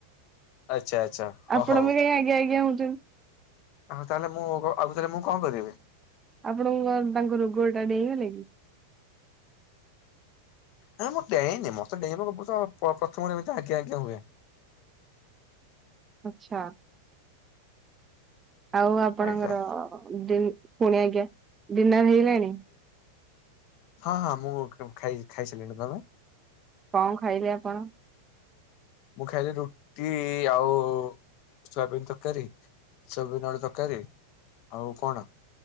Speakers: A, on the left (about 40°); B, on the right (about 20°).
A: ଆଚ୍ଛା ଆଚ୍ଛା ହ
B: ଆପଣ
A: ହଉ।
B: ବି କାଇଁ ଆଜ୍ଞା ଆଜ୍ଞା ହଉଛନ୍ତି।
A: ଆଉ ତାହେଲେ ମୁଁ ଆଉ ତାହେଲେ ମୁଁ କଣ କରିବି?
B: ଆପଣଙ୍କ ତାଙ୍କ ରୋଗଏଟା ଡେଇଁଗଲା କି?
A: ନା ମୁଁ ଡେଇଁନି ମତେ ଡେଇଁବା କୁ ମୁଁ ତ ପ୍ରଥମରୁ ଏମିତି ଆଜ୍ଞା ଆଜ୍ଞା ହୁଏ।
B: ଆଛା। ଆଉ ଆପଣଙ୍କର
A: ଆଜ୍ଞା।
B: ଦିନ୍ ପୁଣି ଆଜ୍ଞା ଡିନର ହେଇଗଲାଣି?
A: ହଁ ହଁ ମୁଁ ଖାଇ-ଖାଇସାରିଲିଣି ତମେ?
B: କଣ ଖାଇଲେ ଆପଣ?
A: ମୁଁ ଖାଇଲି ରୁଟି ଆଉ ସୋୟାବିନ୍ ତରକାରୀ ସୋୟାବିନ୍ ଆଳୁ ତରକାରୀ ଆଉ କଣ?